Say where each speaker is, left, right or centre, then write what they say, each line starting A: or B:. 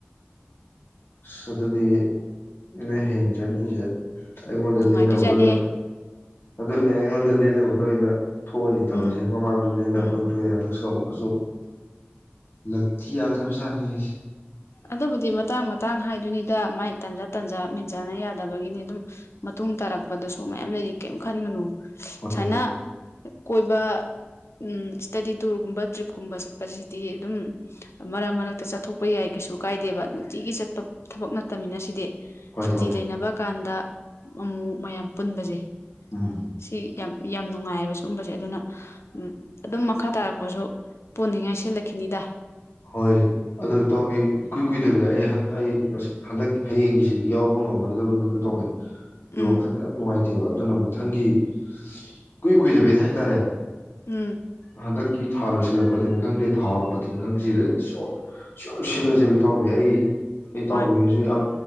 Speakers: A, on the left; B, on the left.
A: ꯁꯗꯗꯤ ꯑꯩꯅ ꯍꯌꯦꯡ ꯖꯔꯅꯤꯁꯦ ꯑꯩꯉꯣꯟꯗ
B: ꯅꯨꯡꯉꯥꯏꯗꯣꯏꯖꯥꯠꯅꯦꯍꯦ
A: ꯂꯦꯟꯅꯕꯗ ꯑꯣꯏꯅ ꯑꯗꯨꯅꯦ ꯑꯩꯉꯣꯟꯗ ꯂꯦꯟꯅꯅꯕꯗ ꯑꯣꯏꯅ ꯊꯣꯛꯑꯅꯤ ꯇꯧꯔꯁꯦ
B: ꯎꯝ
A: ꯃꯃꯥꯡꯁꯨ ꯂꯦꯟꯅꯈꯣꯏꯅ
B: ꯎꯝ
A: ꯊꯣꯛꯑꯦ ꯍꯟꯗꯛꯁꯨ ꯑꯃꯨꯛ ꯂꯛꯀꯤ ꯌꯥꯗ ꯄꯩꯁꯥꯅꯤ ꯍꯥꯏꯁꯤ
B: ꯑꯗꯨꯕꯨꯗꯤ ꯃꯇꯥꯡ ꯃꯇꯥꯡ ꯍꯥꯏꯗꯣꯏꯅꯤꯗ ꯃꯥꯏ ꯇꯟꯖꯥ ꯇꯟꯖꯥ ꯃꯦꯟꯖꯥꯅ ꯌꯥꯗꯕꯒꯤꯅꯤ ꯑꯗꯨꯝ ꯃꯇꯨꯡ ꯇꯥꯔꯛꯄ ꯂꯄꯗꯁꯨ ꯃꯌꯥꯝ ꯂꯩꯔꯤ ꯀꯔꯤꯝ ꯈꯟꯒꯅꯨ
A: ꯍꯣꯏ
B: ꯁꯨꯃꯥꯏꯅ
A: ꯍꯣꯏ
B: ꯀꯣꯏꯕ ꯎ ꯏꯁꯇꯗꯤ ꯇꯨꯔꯒꯨꯝꯕ ꯇ꯭ꯔꯤꯞꯀꯨꯝꯕ ꯆꯠꯄꯁꯤꯗꯤ ꯑꯗꯨꯝ ꯃꯔꯛ ꯃꯔꯛꯇ ꯆꯠꯊꯣꯛꯄ ꯌꯥꯏ ꯀꯩꯁꯨ ꯀꯥꯏꯗꯦꯕ ꯅꯨꯡꯇꯤꯒꯤ ꯆꯠꯄ ꯊꯕꯛ ꯅꯠꯇꯃꯤꯅ ꯁꯤꯗꯤ
A: ꯍꯣꯏ
B: ꯁꯨꯇꯤ
A: ꯏꯇꯥꯎꯕꯤ
B: ꯂꯩꯅꯕ ꯀꯥꯟꯗ ꯑꯃꯝ ꯃꯌꯥꯝ ꯄꯨꯟꯕꯁꯦ
A: ꯎꯝ
B: ꯁꯤ ꯌꯥꯝ ꯌꯥꯝ ꯅꯨꯡꯉꯥꯏꯑꯕ ꯁꯒꯨꯝꯕꯁꯦ ꯑꯗꯨꯅ ꯑꯗꯨꯝ ꯃꯈꯥ ꯇꯥꯔꯛꯄꯁꯨ ꯄꯨꯣꯟꯅꯤꯡꯉꯥꯏ ꯁꯤꯜꯂꯛꯈꯤꯅꯤꯗ
A: ꯍꯣꯏ ꯑꯗꯨ ꯇꯧꯕꯤ ꯏꯀꯨꯏ ꯀꯨꯏꯗꯕꯤꯗ ꯑꯩ ꯑꯩ ꯍꯟꯗꯛ ꯍꯌꯦꯡꯒꯤꯁꯤꯗꯤ ꯌꯥꯎꯕ ꯉꯝꯃꯔꯣꯏꯗꯕꯅꯤꯅ ꯀꯨꯏ ꯇꯧꯤ ꯑꯗꯨ
B: ꯎꯝ
A: ꯋꯥꯈꯟꯗ ꯌꯥꯝ ꯅꯨꯡꯉꯥꯏꯇꯦꯕ ꯑꯗꯨꯅ ꯊꯪꯒꯤ ꯏꯀꯨꯏ ꯀꯨꯏꯗꯕꯤꯗ ꯍꯥꯏꯇꯥꯔꯦ
B: ꯎꯝ
A: ꯍꯗ ꯀ ꯊꯜꯁ ꯁꯤꯜꯂꯛꯄꯗꯅꯤ ꯈꯪꯗꯦ ꯊ ꯍꯥꯎꯔꯛꯄꯗꯤꯅ ꯈꯪꯁꯤꯔ ꯁ ꯁꯤꯜꯂꯖꯕ ꯇꯥꯎꯕꯤ ꯑꯩ ꯑꯩ ꯇꯧꯒꯅꯁꯨ
B: ꯍꯣꯏ
A: ꯌꯥꯝ